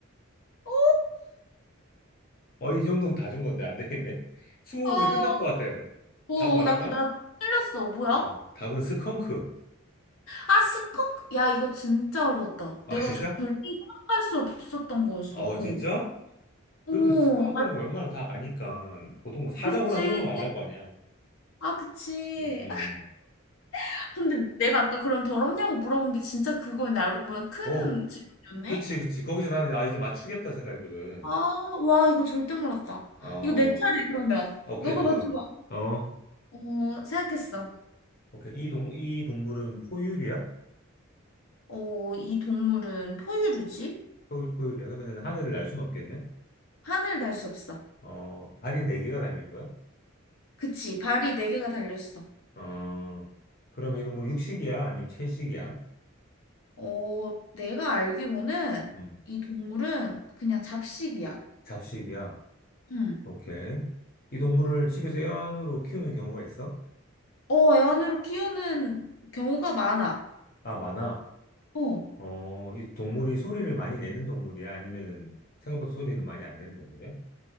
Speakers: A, on the left; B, on the left.
A: 어,
B: 어, 이 정도면 다 준 건데 안 되겠네? 스무고개
A: 아,
B: 끝난 것 같아.
A: 어, 어,
B: 답 말할까?
A: 나, 나 틀렸어. 뭐야?
B: 어, 답은 스컹크.
A: 아, 스커. 야, 이거 진짜 어려웠다.
B: 아,
A: 내가
B: 진짜?
A: 저- 절대 생각할 수 없었던 거였어.
B: 어,
A: 어.
B: 진짜?
A: 오,
B: 그래도 스컹크는
A: 아,
B: 웬만하면 다 아니까. 보통 뭐 사자고랑
A: 그렇지.
B: 이런 건 안 할 거 아니야. 음,
A: 아, 그치.
B: 음.
A: 아, 근데 내가 아까 그럼 더럽냐고 물어본 게 진짜 그거였네. 알고 보면 큰
B: 음. 어,
A: 질문이었네.
B: 그치, 그치. 거기서 나는, 아, 이제 맞추겠다 생각했거든.
A: 아, 와, 이거 절대 몰랐다.
B: 어,
A: 이거 내 차례, 그러면.
B: 오케이,
A: 너가
B: 해봐,
A: 맞춰봐.
B: 해봐. 어,
A: 어, 생각했어.
B: 오케이. 이 동, 이 동물은 포유류야?
A: 어, 이 동물은 포유류지?
B: 포유, 포유류야? 그러면은 하늘을 날 수는 없겠네?
A: 하늘을 날 수 없어.
B: 어, 발이 네개가 달린 거야?
A: 그치, 발이 네 개가 달렸어.
B: 어, 그러면 이 동물 육식이야? 아니면 채식이야?
A: 어, 내가 알기로는
B: 음,
A: 이 동물은 그냥 잡식이야.
B: 잡식이야?
A: 응.
B: 오케이. 이 동물을 집에서 애완으로 키우는 경우가 있어?
A: 어, 애완으로 키우는 경우가 많아.
B: 아, 많아.
A: 어,
B: 어, 이 동물이 소리를 많이 내는 동물이야? 아니면은 생각보다 소리는 많이 안 내는 동물이야?